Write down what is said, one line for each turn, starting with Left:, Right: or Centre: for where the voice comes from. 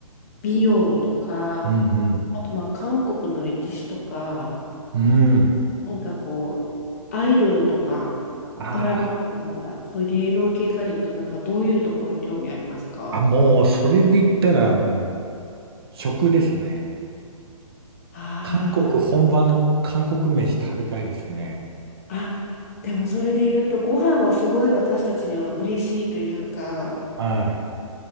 Left: 美容とか、
Right: うんうん。
Left: あと、まあ、韓国の歴史とか、
Right: うん。
Left: なんかこう、アイドルとか、
Right: あ
Left: ドラマとか、そういう芸能系かでいうと、なんか、どういうところに興味ありますか
Right: ーあ、もう、それで言ったらもう、食ですね。
Left: ああー。
Right: 韓国、本場の韓国飯食べたいですね。
Left: あ、でもそれで言うと、ご飯はすごい私たちには嬉しいというか、
Right: はい。